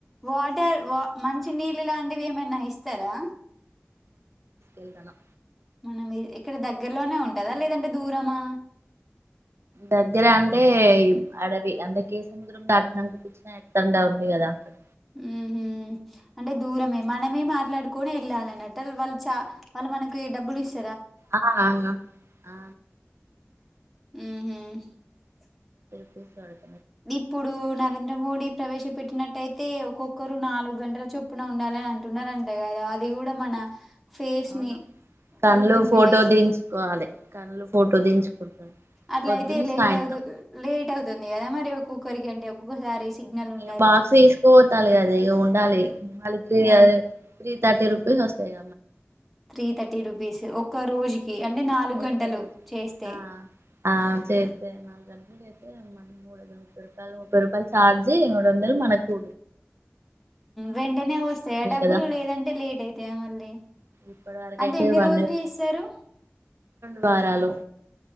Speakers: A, in the centre; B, on the right.
A: వాటర్ వా మంచి నీళ్ళు లాంటివి ఏమైనా ఇస్తారా
B: ఎల్దనం
A: మనం ఇ ఇక్కడ దగ్గరలోనే ఉంటదా లేదంటే దూరమా
B: దగ్గర అంటే అడవి అంటే కేసముద్రం దాటినంక కుచ్చినాయక్ త్తండా ఉంది కదా అక్కడ
A: ఉహు అంటే దూరమే మనమే మాట్లాడుకొని ఎళ్ళాలిన్నట్ట వాళ్ళు చా వాళ్ళు మనకి డబ్బులు ఇస్
B: ఆ ఆ
A: ఉహు
B: స
A: ఇప్పుడు నరేంద్ర మోడీ ప్రవేశపెట్టినటు అయితే ఒక్కొక్కరు నాలుగు గంటల చొప్పున ఉండాలని అంటున్నారంటే కదా అది కూడా మన ఫేస్
B: అవును
A: ని
B: కళ్ళు
A: గుర్తింపు
B: ఫోటో
A: చేసి
B: దించుకోవాలి కళ్ళు ఫోటో దించుకుంటారు
A: అట్లయితే
B: పొద్దుని
A: లేట్
B: సాయంత్రం
A: అవుతు లేట్ అవుతుంది కదా మ ఒక్కరికి అండి ఒక్కొక్కసారి సిగ్నల్ ఉండదు
B: ఏ బాక్స్ తీసుకోపోతాలేదు ఉండాలి మళ్ళీ త్రీ
A: ఆ
B: తీ తర్టీ రూపీస్ వస్తాయి
A: త్రీ థర్టీ రుపీస్ ఒక్క రోజుకి అంటే నాలుగు
B: ఒక్క
A: గంటలు
B: రోజు
A: చేస్తే
B: ఆ ఆ చేస్తే నాలుగు గంటలు చేస్తే మ మూడ ముప్ప రూపాయలు చార్జి మూడు వందలు మనకు
A: వెంటనే వస్తాయా డబ్బులు
B: కదా
A: లేదంటే లేట్ అయితాయా మళ్ళీ
B: ఇప్పటి వరకు
A: అంటే
B: అయితే
A: ఎన్ని
B: వన్
A: రోజులు
B: డే
A: ఇస్తారు
B: వారాలు